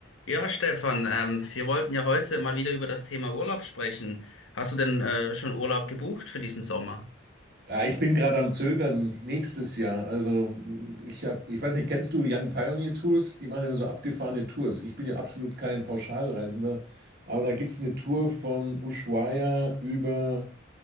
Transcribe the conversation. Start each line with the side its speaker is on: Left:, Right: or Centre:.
Left: Ja, Stefan, ähm, wir wollten ja heute mal wieder über das Thema Urlaub sprechen. Hast du denn äh, schon Urlaub gebucht für diesen Sommer?
Right: Ja, ich bin gerade am Zögern nächstes Jahr. Also ich habe, ich weiß nicht, kennst du Young Pioneer Tours? Die machen immer so abgefahrene Tours. Ich bin ja absolut kein Pauschalreisender, aber da gibt es eine Tour von Ushuaia über